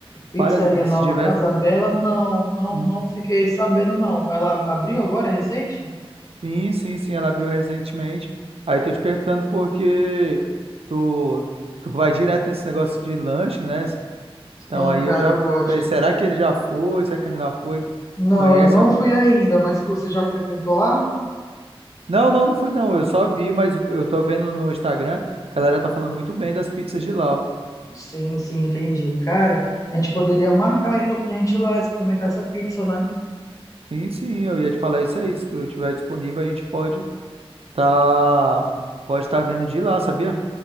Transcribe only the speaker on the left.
Pizzaria
Nova
Casa Bela, não, não,
não fiquei sabendo, não. Ela abriu agora, é recente?
Sim,
cara,
eu gosto.
Não,
eu não
fui ainda, mas se você já frequentou lá?
Sim, sim, entendi. Cara, a gente poderia marcar então pra gente ir lá experimentar essa pizza, né?